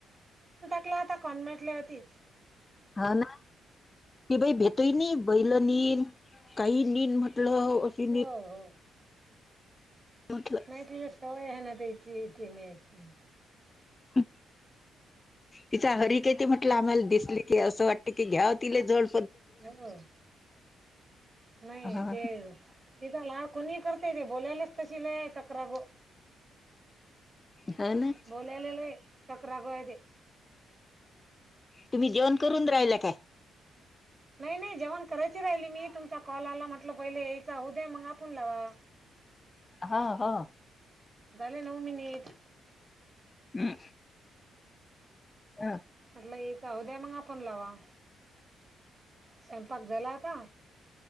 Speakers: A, on the right (about 35°); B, on the left (about 25°).
A: ताकला आता कॉन्मेटल्या तीच
B: हा ना ती बाई भेट ते नी बैल नीन काही नीन म्हटलं. अशी
A: हो
B: नीन
A: हो.
B: म्हटलं
A: नाय तिला सवय आहे ना त्याची ती नेत नी
B: हम तिचा हरीिकती म्हटलं आम्हाला दिसले की असं वाटते की घ्याव तिले जड
A: हो नाही
B: हा
A: ते तिथ ला कोणी करतय रे बोलायलाच तशी लय कक ग
B: हा ना
A: बोललेले चक्र गय ते
B: तुम्ही जेऊन करून राहिला काय
A: नाही नाही जेवण करायची राहिली मी तुमचा कॉलला म्हंटलं पहिले यायचा उद्या मग आपण लावा
B: हा हा
A: झाले नऊ मिनिट
B: हम् हा
A: याचहू द्या मग आपण लावा स्वयंपाक झाला आता